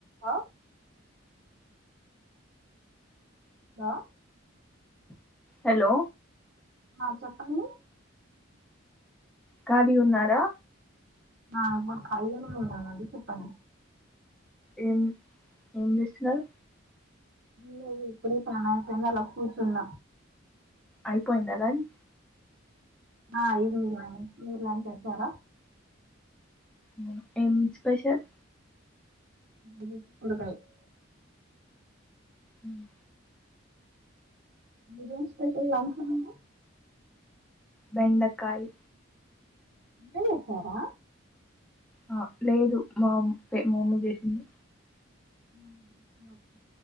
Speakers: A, on the right; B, in the centre.
A: అ hello
B: hello
A: ఆ చెప్పండి
B: ఖాళీ గున్నారా?
A: ఆ ఇప్పుడు ఖాళీగానే ఉన్నానండి చెప్పండి.
B: ఏం ఏం చేస్తున్నరు?
A: ఏ ఇప్పుడె పనిఅయిపోయింది అల కూర్చున్న
B: అయిపోయిందా లంచ్
A: ఆ అయిపోయిందండి మీరు లంచ్ చేసారా?
B: ఉమ్ ఏం స్పెషల్
A: ఉమ్ కుడుకలే <inaudible>
B: ఉమ్,
A: మీదేం స్పెషల్ లంచ్ ఈరోజు
B: బెండకాయ్
A: ఇద్దరు చేశార?
B: ఆ లేదు మా మా మమ్మీ చేసింది
A: ఉమ్ ఒకే